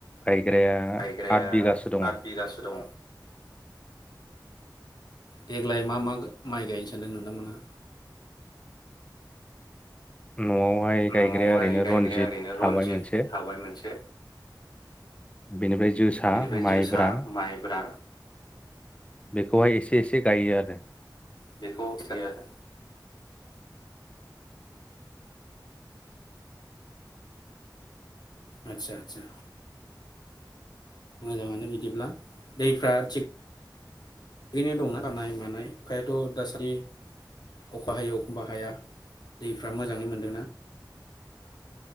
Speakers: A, on the left; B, on the left.
A: गायग्राया
B: गायग्राया
A: आद बिगासो दङ
B: आद बिगासो दङ देग्लाय मा मा माइ गायनो सानदों नोंथांमोनहा?
A: न'आवहाय गायग्राया
B: न'आवहाय
A: ओरैनो
B: गायग्राया
A: रन्जित
B: ओरैनो रनजित
A: थाबाय मोनसे
B: थाबाय मोनसे
A: बेनिफ्राय जोसा
B: बेनिफ्राय
A: माइब्रा
B: जोसा माइब्रा
A: बेखौहाय एसे एसे गायो आरो
B: बेखौ <unintelligible> आदसा आदसा मोजाङानो बिदिब्ला दैफ्रा थिग गैनो दंना आखा हानाय मानाय अखायाथ' दासदि एखनबा हायोै एखनबा हाया दैफ्रा मोजाङै मोनदोंना